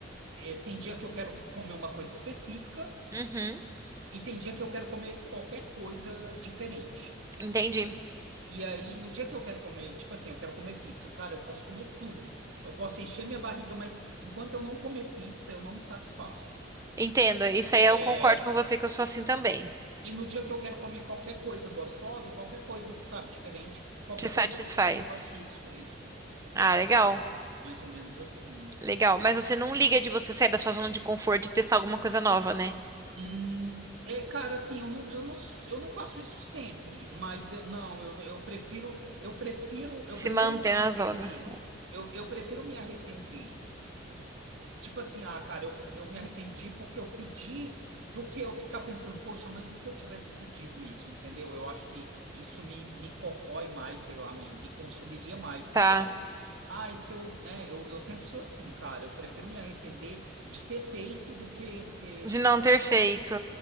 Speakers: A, on the right; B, on the right.
A: é, tem dia que eu quero comer uma coisa específica
B: Uhum.
A: e tem dia que eu quero comer qualquer coisa diferente.
B: Entendi.
A: E aí, no dia que eu quero comer, tipo assim, eu quero comer pizza, cara, eu posso comer tudo. Eu posso encher minha barriga, mas enquanto eu não comer pizza, eu não me satisfaço.
B: Entendo. Isso aí eu
A: É,
B: concordo com você que eu sou assim também.
A: e no dia que eu quero comer qualquer coisa gostosa, qualquer coisa, sabe, diferente, qualquer
B: Te satisfaz.
A: coisa que eu coma, isso, isso.
B: Ah, legal.
A: Eu, mais ou menos assim.
B: Legal. Mas você não liga de você sair da sua zona de conforto e testar alguma coisa nova, né?
A: Hum, é, cara, assim, eu não, eu não, eu não faço isso sempre, mas eu- não, eu, eu prefiro, eu prefiro,
B: Se
A: eu prefiro
B: manter
A: me arrepender.
B: na zona.
A: Eu, eu prefiro me arrepender. Hum, Tipo assim, ah, cara, eu, eu me arrependi porque eu pedi do que eu ficar pensando, poxa, mas e se eu tivesse pedido isso, entendeu? Eu acho que isso me, me corrói mais, sei lá, me, me consumiria mais, sabe?
B: Tá.
A: Essa... Ah, e se eu, né? Eu, eu sempre sou assim, cara, eu prefiro me arrepender de ter feito do que, do que
B: De não
A: de não.
B: ter feito.